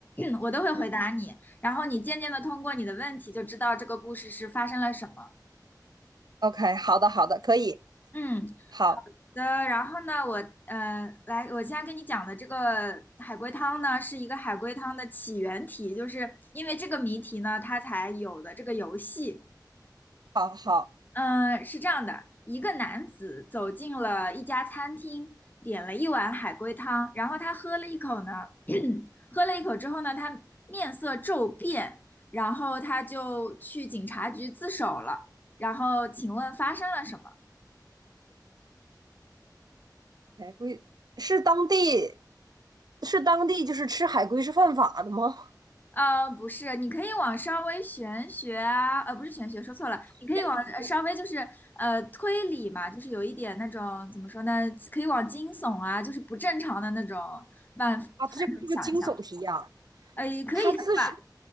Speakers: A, on the left (about 25°); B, on the right (about 65°).
A: <clears throat> 我都会回答你。
B: 嗯，
A: 然后你渐渐的通过你的问题就知道这个故事是发生了什么。
B: OK，好的，好的，可以，
A: 嗯，
B: 好，
A: 的，然后呢，我呃，来，我现在跟你讲的这个海龟汤呢，是一个海龟汤的起源题，就是因为这个谜题呢，它才有的这个游戏。
B: 好，好。
A: 嗯，是这样的，一个男子走进了一家餐厅，点了一碗海龟汤，然后他喝了一口呢，喝了一口之后呢，他面色骤变，然后他就去警察局自首了。然后，请问发生了什么？
B: 海龟是当地是当地就是吃海龟是犯法的吗？
A: 呃，不是，你可以往稍微玄学啊，呃，不是玄学，说错了，你可以往呃稍微就是呃推理嘛，
B: 悬疑
A: 就是有一点那种怎么说呢，可以往惊悚啊，就是不正常的那种范范畴想一想，
B: 啊，这个是个惊悚题呀、
A: 呃，也可以算吧。
B: 他自首